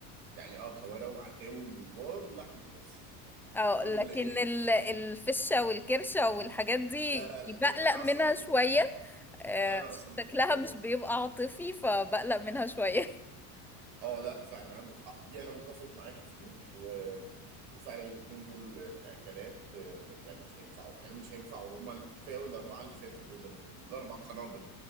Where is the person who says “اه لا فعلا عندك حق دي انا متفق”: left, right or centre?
Right